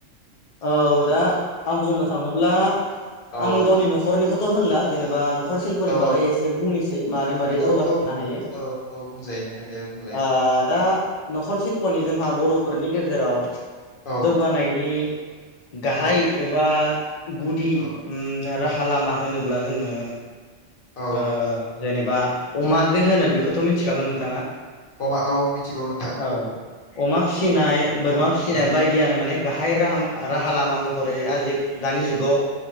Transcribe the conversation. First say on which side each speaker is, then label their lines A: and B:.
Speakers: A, on the left; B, on the left.
A: औ दा आं बुंनो थाङोब्ला आं
B: औ
A: गावनि नखरनिखौ थ होनल जेनेबा नख नखर शिल्पनि
B: औ
A: बागै एसे बुंनोसै मारै मारै
B: औ
A: जौगांनो
B: औ
A: हायो
B: औ औ बुंजायो नोंथां दे बुंलाय
A: ओ दा नखर सिल्पनि जोंहा बर'फोरनि गेजेराव
B: औ
A: जौगानायनि गाहाइ
B: औ
A: एबा गुदि
B: औ
A: ओम रा हा लामा होनोब्ला जोङो
B: औ
A: ओ जेनेबा अमा जे होनो बेखौथ' मिथिखागौ नोंथाङा
B: अबा औ मिथिगौ नोंथां
A: औ अमा फिसिनाय बोरमा फिसिनाय
B: औ
A: बायदियानो माने गा हाय राहाम राहा लामा महरै आजि दानि जुगाव